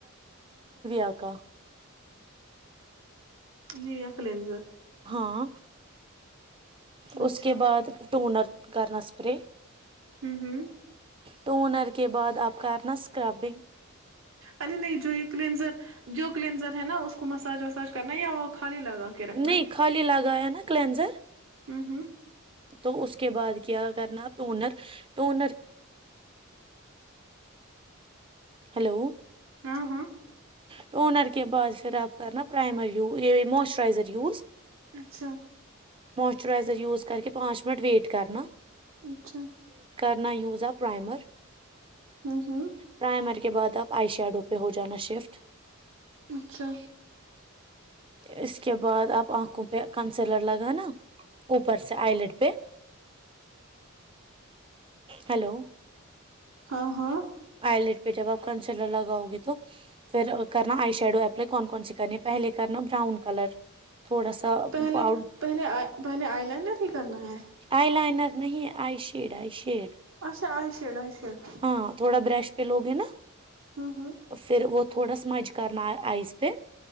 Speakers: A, on the right; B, on the right.
A: آ کاا <unintelligible>
B: نیو یا کلینزر <unintelligible>
A: ہاں
B: اچھا
A: اس کے
B: ہوں
A: بعد ٹونر <unintelligible> کرنا اسپر <unintelligible>
B: ہوں ہوں <unintelligible>
A: ٹونر کے بعد آپ کرنا سکربنگ <unintelligible>
B: ارے نہیں جو یہ کلنزر جو کلینزر ہے نا اس کو مساج وساج کرنا یا <unintelligible> کے رکھنا
A: نہیں
B: ہے
A: خالی لگا ہے نا کلینزر
B: ہوں ہوں
A: تو اس کے بعد کیا کرنا ٹونر ٹونر ہلو
B: ہاں ہاں
A: تو اونر کے بعد پھر آپ کرنا پرائمر یہ موسچرائزر یوز
B: اچھا
A: مچرائزر یوز کر کے پانچ منٹ ویٹ کرنا
B: اچھا
A: نا یوزا پرائمر
B: ہوں ہوں
A: پرائمری کے بعد اب آئیشڈو پہ ہو جانا شفٹ
B: اچھا
A: اس کے بعد آپ آنکھوں پہ کنسلر لگ نا اوپر آئیلڈ پہ ہلو
B: ہاں ہاں
A: آلٹ پہ جب آپ کنسلر لگاؤ گے تو پھر کرنا آئی شیڈو اپلائی کون کون سی کرنی ہے پہلے کرنا براؤن کلر تھوڑا سا
B: پہلے
A: پاؤڈ
B: پہلے پہلے آئ ل نا کرنا ہے
A: آئی لائنر نہیں آ شڈ آ شی ہ
B: اچھا آئی شیڈ آئی شیڈ
A: تھا بر پ لوگ ہیں نا
B: ہوں ہوں
A: اور پھر وہ تھوڑا سا مچ کرنا آئس پ